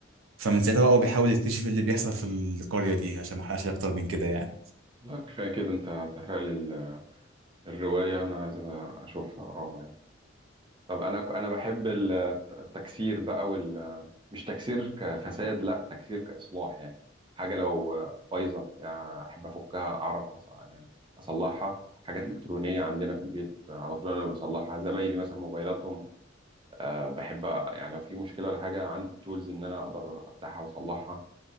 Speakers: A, on the right (about 85°); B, on the right (about 25°).
A: فمن ساعتها بقى هو بيحاول يكتشف إيه اللي بيحصل في القرية دي عشان ما احرقش أكتر من كده يعني
B: لا كفايه كده انت هتحرق لي ال- الروايه انا عايز أبقى اشوفها اقراها يعني طب انا انا بحب ال- التكسير بقى وال مش تكسير كفساد لا تكسير كاصلاح يعني حاجه لو بايظه بتاع احب افكها اعرف أص- يعني اصلحها حاجات الكترونيه عندنا في البيت على طول انا اللي بصلحها زمايلي مثلا موبايلاتهم أه بحب يعني لو في مشكلة ولا حاجة عندي التولز إن أنا أقدر أفتحها وأصلحها